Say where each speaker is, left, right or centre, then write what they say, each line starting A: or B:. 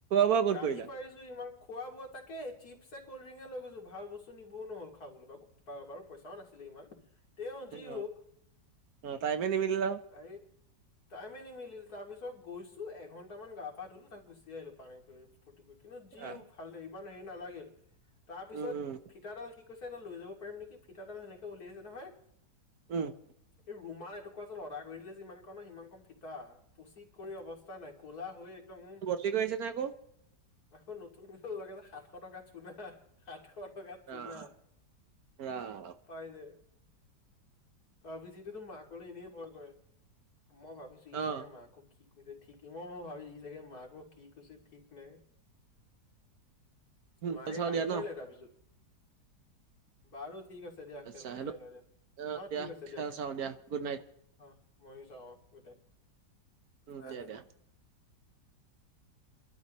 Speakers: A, on the right; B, on the left.
A: বোৱা ক'ত
B: গালি
A: কৰিলা
B: পাৰিছো ছো, ইমান খোৱা বোৱা তাকে চিপছে কল্ড ড্ৰিংকে লৈ গৈছো ভাল বস্তু নিবও নহল খাবলৈ। তাৰ বাৰু পইছাও নাছিলে ইমান। তেওঁ যি
A: অ
B: হওক
A: অ টাইমে নিমিলিলে আও
B: হেৰি টাইমে নিমিলিল তাৰ পিছত গৈছো এঘন্টামান গা পা ধুলো তাক গুচি আহিলো পানী কৰি ফূৰ্তি কৰি কিন্তু যি
A: অ
B: হ ভাল ইমান হেৰি নালাগিল, তাৰ পিছত
A: উম উম
B: ফিটাডাল কি কছে এইডাল লৈ যাব পাৰিম নেকি, ফিটাদাল সেনেকে উলিয়াইছে নহয়।
A: উম।
B: এই ৰুমা এটুকুা যে লদা কৰিলে যিমান কন, সিমান কন ফিতা। পুচি কৰি অৱস্থা নাই ক'লা হৈ একদম
A: দেৰিকৈ আহিছে ন আকৌ।
B: আকৌ নতুনক লগে যে সাতশ টকাত চুনা। সাতশ টকাত চুনা
A: ৰাম ৰাম
B: পাই যে অভিজিতেতো মাকলৈ এনেই ভয় কৰে, মই ভাবিছো। সি
A: অ
B: চাগে মাকো কি কৈছে ঠিক ই মই মই ভাবিছো ই চাগে মাকো। কি কৈছে ঠিক নাই, মাকে
A: খেল চাও
B: গালি
A: দিয়া
B: পাৰিলে
A: ন
B: তাৰপিছত- বাৰু ঠিক আছে দিয়া
A: আচ্ছা
B: খেলখন
A: হেল্ল'
B: চাই লওঁ দিয়া
A: অ
B: হা ঠিক আছে
A: খেল
B: দিয়া।
A: চাও গুড নাইট
B: অ মইয়ো চাওঁ অ গোটেই
A: উম
B: বাই
A: দিয়া দিয়া।